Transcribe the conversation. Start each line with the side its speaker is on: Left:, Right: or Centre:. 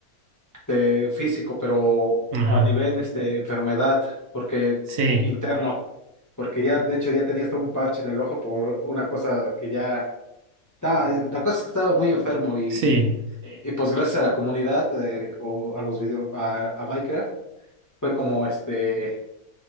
Left: este, físico, pero
Right: Ajá.
Left: a nivel este, enfermedad, porque
Right: Sí,
Left: interno, porque ya, de hecho, ya tenía hasta un parche en el ojo por una cosa que ya, ta- la cosa es que estaba muy enfermo y,
Right: sí,
Left: y pues gracias a la comunidad eh, o a los videos, a, a Minecraft, fue como este,